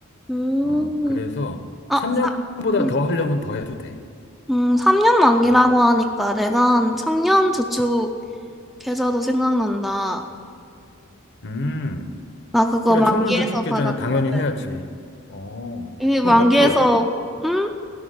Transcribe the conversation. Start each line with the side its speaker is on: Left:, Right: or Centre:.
Centre: 음,
Left: 어, 그래서
Centre: 아,
Left: 3년보다
Centre: 음,
Left: 더 하려면 더 해도 돼.
Centre: 음, 3년 만기라고
Left: 음,
Centre: 하니까 내가 한 청년 저축 계좌도 생각난다.
Left: 음.
Centre: 나 그거
Left: 그래.
Centre: 만기에서
Left: 청년저축 계좌는
Centre: 받았거든.
Left: 당연히 해야지. 어,
Centre: 이미
Left: 그건
Centre: 만기에서,
Left: 몇 프로야?
Centre: 음,